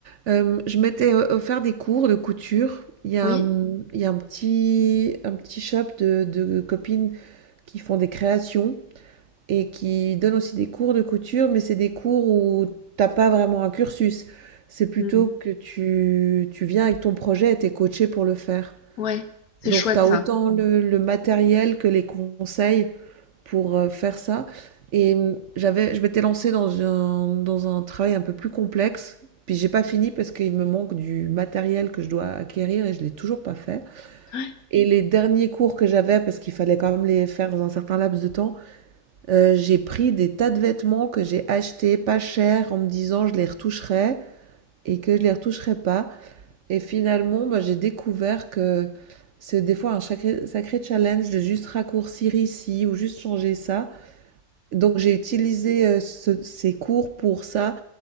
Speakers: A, on the right; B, on the left.
A: Hem, je m'étais, heu, offert des cours de couture. Il y a,
B: Oui?
A: un il y a un petit un petit shop de de copines qui font des créations et qui donne aussi des cours de couture, mais c'est des cours où t'as pas vraiment un cursus. C'est plutôt
B: Mhm.
A: que tu, tu viens avec ton projet et t'es coaché pour le faire.
B: Ouais, c'est
A: Donc
B: chouette
A: t'as
B: ça.
A: autant le, le matériel que les conseils pour euh, faire ça. Et hum, j'avais, je m'étais lancée dans un, dans un travail un peu plus complexe. Puis j'ai pas fini parce qu'il me manque du matériel que je dois acquérir et je l'ai toujours pas fait.
B: Ouais.
A: Et les derniers cours que j'avais, parce qu'il fallait quand même les faire dans un certain laps de temps, euh, j'ai pris des tas de vêtements que j'ai achetés pas cher en me disant je les retoucherai et que je les retoucherai pas. Et finalement, bah, j'ai découvert que c'est des fois un sacré, sacré challenge de juste raccourcir ici ou juste changer ça. Donc j'ai utilisé euh, ce- ces cours pour ça,